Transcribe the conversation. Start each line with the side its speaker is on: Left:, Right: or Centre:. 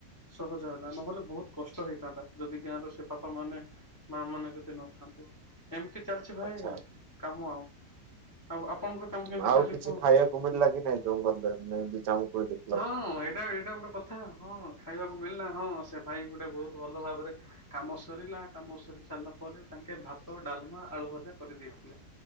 Left: ସହଜ ହେଲା ନହେଲେ ବହୁତ କଷ୍ଟ ହେଇଥାନ୍ତା ଯଦି ଗାଁର ସେ ବାପା ମାନେ ମା ମାନେ ଯଦି ନଥାନ୍ତେ ଏମିତି ଚାଲିଛି ଭାଇ
Right: ଆଚ୍ଛା
Left: ଆଉ କାମ ଆଉ। ଆଉ ଆପଣଙ୍କର କାମ
Right: ହୁଁ
Left: କେମିତି
Right: ଆଉ
Left: ଚାଲିଛି
Right: କିଛି
Left: କୁହ
Right: ଖାଇବାକୁ ମିଳିଲା କି ନାଇଁ ଜଙ୍ଗଲରେ ଯେମିତି ଜାମୁ ଦି
Left: ହଁ ଏଇଟା ଏଇଟା ଗୋଟେ କଥା ହଁ ଖାଇବାକୁ ମିଳିଲା ହଁ ସେ ଭାଇ ଗୋଟେ ବହୁତ ଭଲ ଭାବରେ କାମ ସରିଲା କାମ ସରି ସାରିଲା ପରେ ତାଙ୍କେ ଭାତ, ଡାଲମା, ଆଳୁ ଭଜା କରିଦେଇଥିଲେ।